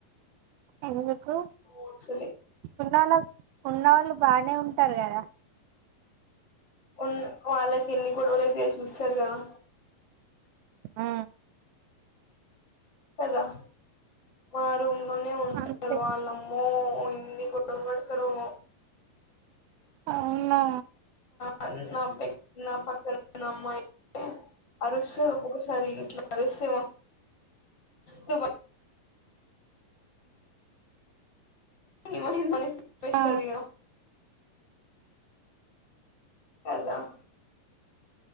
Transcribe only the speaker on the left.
హూ సరే
ఉన్ వాళ్ళకి ఎన్ని గొడవలు అయితాయ్ చూసరు కదా
కదా మా రూమ్ లోనే ఉంటారు
వాళ్ళమ్మో ఓయింది గు బెడతరో
నా నా పె నా పక్కనున్న అమ్మాయిఅరోజ్ సారి ఇట్లా ర సే త వై వసాది
అదా